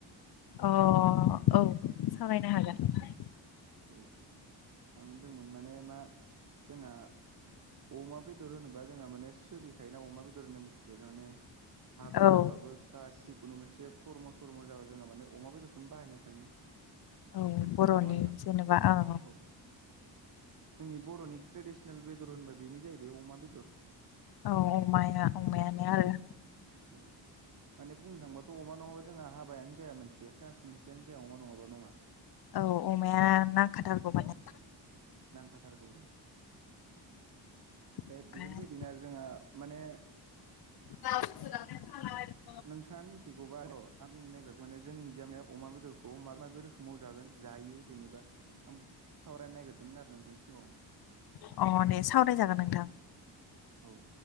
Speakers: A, on the left; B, on the right.
A: अ औ सावरायनो हागोन नोंथां
B: औ आं होनदोंमोन माने मा जोङा अमा बेदर होनोबा जोंहा माने सोलिखायोना अमा बेदर होननाय बुस्थुआ जा माने हाबा
A: औ
B: जाबाबो गास जिखुनु मोनसे खर्म' सरम' जाबा जोंहा माने अमा बेदरखौनो बाहायनाय थाङो।
A: उम बर'नि
B: नङा होनबा
A: जेनेबा औ
B: औ जोंनि बर'नि ट्रेडिसेनेल बेदर होनबा बेनो जाहैबाय अमा बेदर।
A: औ अमायना अमायानो आरो।
B: औ। माने बुंनो थांबाथ' अमा नङाबा जोंहा हाबायानो जाया मोनसे कास मोनसेयानो जाया अमा नङाबा नङा?
A: औ अमाया नांखाथारगौ माने।
B: नांखाथारगौ बे
A: ओमफ्राय
B: बिफोरबायदिनो आरो जोंहा माने
A: <unintelligible>
B: नोंथाङा मिथिगौबा र' आं नागिर माने जोंनि जा माने अमा बेदरखौ माबा माबिक रोख माव जागोन जायो जेनेबा आं सावरायनो नागिरदोंमोन आरो नोंथां सिगाङाव।
A: अ दे सावराय जागोन नोंथां।
B: औ